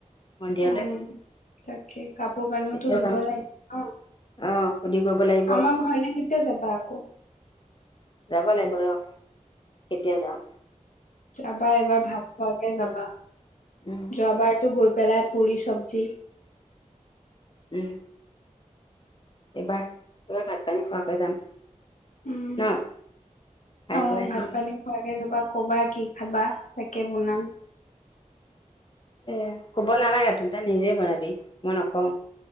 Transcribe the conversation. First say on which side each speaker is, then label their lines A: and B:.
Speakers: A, on the left (about 40°); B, on the left (about 80°).
A: মন্দিৰলৈ
B: উম, তাকে কাপোৰ কানিওতো
A: তেতিয়া
B: ধুব
A: যাম
B: লাগিব অ,
A: অ সুধি কৰিব লাগিব
B: আমাৰ ঘৰলে কেতিয়া যাবা আকৌ।
A: যাবা লাগিব ৰ কেতিয়া যাও।
B: তাবা এবাৰ ভাত খোৱাকে যাবা
A: উম
B: যোৱাবাৰতো গৈ পেলাই পুৰি চব্জি।
A: উম, এইবাৰ-এইবাৰ ভাত পানী খোৱাকে যাম।
B: উম,
A: ন খাই
B: অ,
A: বৈ আহিম
B: ভাত পানী খোৱাকে যাবা কবা কি খাবা। তাকে বনাম
A: এ কব নালাগে তন ত নিজে বনাবি মই নকও।